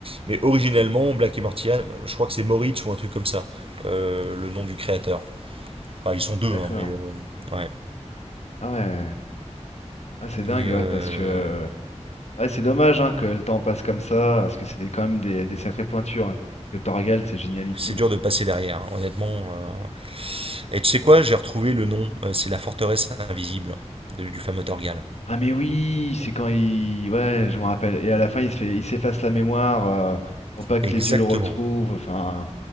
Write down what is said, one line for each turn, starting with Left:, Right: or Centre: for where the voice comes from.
Right: Mais originellement, Black et Mortimer, je crois que c'est Moritz ou un truc comme ça, euh, le nom du créateur. Enfin, ils sont deux,
Left: D'accord.
Right: hein, mais euh, ouais.
Left: Ah ouais. Ah c'est dingue,
Right: Et
Left: ouais,
Right: euh,
Left: parce que... Ouais, c'est dommage hein, que le temps passe comme ça, parce que c'est quand même des, des sacrées pointures. hein. Parce Que Torgal, c'est génialissime.
Right: c'est dur
Left: hein.
Right: de passer derrière, hein, honnêtement. euh. Et tu sais quoi, j'ai retrouvé le nom. Euh, c'est la forteresse invisible de- du fameux Torgal.
Left: Ah mais oui, c'est quand il... Ouais, je me rappelle. Et à la fin, il se fait... il s'efface la mémoire euh, pour pas que
Right: Exactement,
Left: les dieux le retrouvent. Enfin...